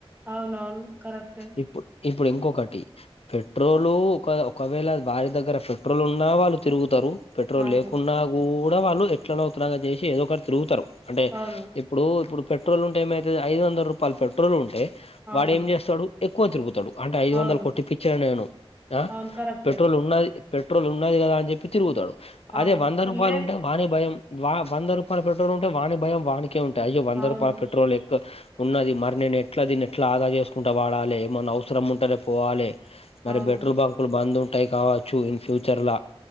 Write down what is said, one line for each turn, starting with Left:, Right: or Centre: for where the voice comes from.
Right: అవునవును కరెక్టే
Left: ఇప్పుడు ఇప్పుడు ఇంకొకటి పెట్రోల్ ఒక ఒకవేళ వారి దగ్గర పెట్రోలు ఉన్నా వాళ్ళు తిరుగుతరు. పెట్రోల్
Right: అవును
Left: లేకున్నా గూ గ వాళ్ళు ఎట్లనో తునగా జేసి ఏదో ఒకరు తిరుగుతరు అంటే
Right: అవును
Left: ఇప్పుడు ఇప్పుడు పెట్రోల్ ఉంటే ఏమైతది ఐదు వందల రూపాయలు పెట్రోల్ ఉంటే
Right: అవును
Left: వాడేం చేస్తడు ఎక్కువ తిరుగుతడు. అంటే ఐదు
Right: అవును
Left: వందలు కొట్టిప్పిచ్చిన నేను ఆ
Right: అవును కరెక్టే
Left: పెట్రోల్ ఉన్నది పెట్రోల్ ఉన్నది గదా అని జెప్పి తిరుగుతడు. అదే
Right: అవును
Left: వంద రూపాయలు
Right: లేక్
Left: ఉంటే వాని భయం వా వంద రూపాయల పెట్రోల్ ఉంటే వాని భయం వాని కే ఉంటాయి ఇగ వంద
Right: అవును
Left: రూపాయల పెట్రోల్ ఎక్క ఉన్నది మరి నేను ఎట్ల దీన్ని ఎట్ల ఆదా చేసుకుంటా వాడాలే, ఏమన్న అవసరం ఉంటనే పోవాలే. మరి
Right: అవును
Left: బెట్రోల్ బంకులు బందు ఉంటై కావచ్చు ఇన్ ఫ్యూచర్ల